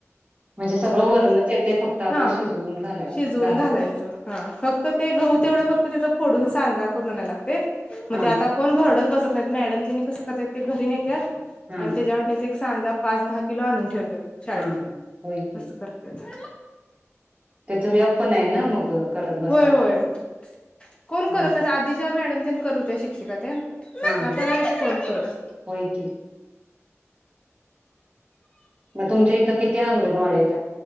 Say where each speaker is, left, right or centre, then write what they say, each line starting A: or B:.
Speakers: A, on the right; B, on the left.
A: म्हणजे सगळं
B: मग
A: वरणच येते फक्त आपण
B: हा
A: शिजवून घालाय
B: शिजवून
A: घालाय
B: घालायच, हा फक्त ते <unintelligible> तेवढं फक्त त्याच फोडून स सांजा करून आणाय लागतंय, म
A: हा
B: ते आता कोण भरडत बसत नाहीत, मॅडम तेनी कस करत्यात घरी न्हेत त्यात
A: हा
B: आणि त्याच्या वाटणीच एक सांजा पाच दहा किलो आणून ठेवत्यात शाळेत.
A: हा होय की
B: अस करत्यात
A: त्याच व्याप पण हाय ना मग? करत बसायला
B: होय होय. कोण
A: म्हण
B: करत नाहीत, आधीच्या मॅडमच्या तेन करत होत्या, शिक्षिका तेनं.
A: हा
B: आता
A: हा
B: नाहीत कोण करत.
A: होय की म तुमच्या इथं किती अंगणवाड्या हाइत?